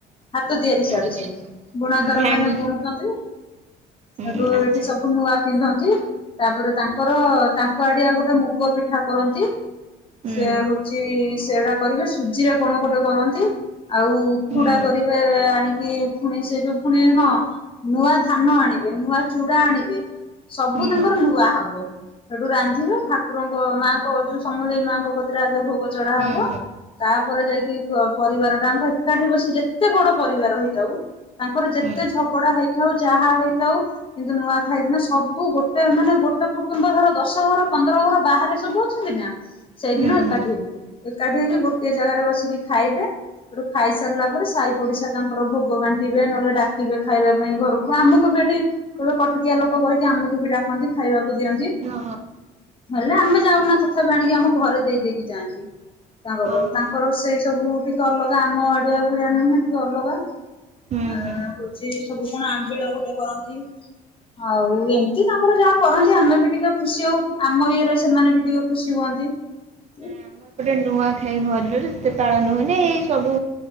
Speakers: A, on the left (about 30°); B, on the right (about 40°).
A: ହାତ ତିଆରି ଶାଢୀ
B: ଆଚ୍ଛା।
A: ସବୁ ବୁଣାକାର
B: ହୁଁ ହ୍ୟାଣ୍ଡ
A: ମାନେ ବୁଣୁଛନ୍ତି।
B: ହୁଁ
A: ଏଠୁ
B: ଆଚ୍ଛା
A: ଏଠି ସବୁ ନୂଆ ପିନ୍ଧନ୍ତି ତା ପରେ ତାଙ୍କର ତାଙ୍କ ଆଡିଆ ଗୋଟେ ମୁଗ ପିଠା କରନ୍ତି
B: ହୁଁ
A: ସେ ହଉଛି ସେଟା କରିବେ ସୁଜିରେ କଣ ଗୋଟେ କରନ୍ତି ଆଉ।
B: ହୁଁ
A: ଚୁଡା କରିବେ ଆଣିକି ପୁଣି ସେ ଯୋଉ ପୁଣି ହଁ ନୂଆ ଧାନ ଆଣିବେ ନୂଆ ଚୂଡା ଆଣିବେ ସବୁ
B: ହୁଁ
A: ତାଙ୍କର ନୂଆ ହବ। ସେଠୁ ରାନ୍ଧିବା ଠାକୁରଙ୍କ ମାଙ୍କ ଅ ଯୋଉ ସମଲେଇ ମାଆଙ୍କ କତିରେ ଭୋଗ ଚଢା
B: ହୁଁ
A: ହବ ତାପରେ ଯାଇକି ପରିବାର ଟା ଏକାଠି ବ ଯେତେ ବଡ ପରିବାର ହେଇଥାଉ ତାଙ୍କର ଯେତେ
B: ହୁଁ
A: ଝଗଡା ହେଇଥାଉ ଯାହା ହେଇଥାଉ କିନ୍ତୁ ନୂଆଖାଇ ଦିନ ସବୁ ଗୋଟେ ମାନେ ଗୋଟେ କୁଟୁମ୍ବ ଧର ଦଶ ଘର ପନ୍ଦର ର ବାହାରେ ସବୁ ଅଛନ୍ତି ନା ସେଇଦିନ
B: ହୁଁ
A: ଏକାଠି
B: ହୁଁ
A: ହେବ ଏକାଠି ହେଇକି ଗୋଟଏ ଜାଗାରେ ବସିକି ଖାଇବେ ସେଠୁ ଖାଇସାରିଲା ତାପରେ ସାହି ପଡିଶା ତାଙ୍କର ଭୋଗ ବାଣ୍ଟିବେ ନହେଲେ ଡାକିବେ ଖାଇବା ପାଇଁ ଘରକୁ ଆମକୁ ବି ଏଠି କେବେ କିଆ ଲୋକ କହିକି ଆମକୁ ବି ଡାକନ୍ତି ଖାଇବାକୁ। ଦିଅନ୍ତି
B: ଓହୋ
A: ହେଲେ ଆମେ ଯାଉନା ତଥାପି ଆଣିକି ଆମ ଘରେ ଦେଇ ଦେଇ କି ଯାଆନ୍ତି। ତାଙ୍କର
B: ଓହୋ
A: ତାଙ୍କର ସେଇ ସବୁ ଟିକେ ଅଲଗା ଆମ ଆଡିଆ ଭଳିଆ ନୁହେଁ ଟିକେ ଅଲଗା।
B: ହୁଁ
A: ଆ
B: ହୁଁ।
A: ହଉଛି ସବୁ କଣ ଆମ୍ବିଳ ଗୋଟେ କରନ୍ତି। ଆଉ ଏମତି ତାଙ୍କର ଯାହା କରନ୍ତି ଆମେ ବି ଟିକେ ଖୁସି ହଉ ଆମ ଇଏରେ ସେମାନେ ବି ଟିକେ ଖୁସି ହୁଅନ୍ତି। ଆନ୍ତି
B: ଆମ ଏପଟେ ନୂଆ ଖାଇ ଭଲରେ ଏତେ ପାଳନ ହଉନି ଏଇ ସବୁ